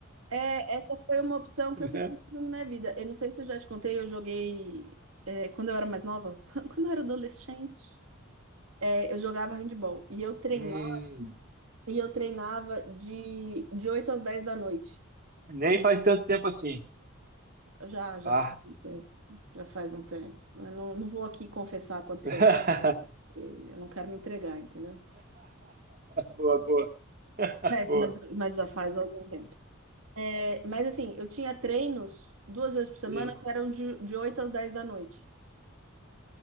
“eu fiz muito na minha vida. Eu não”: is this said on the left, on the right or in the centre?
Right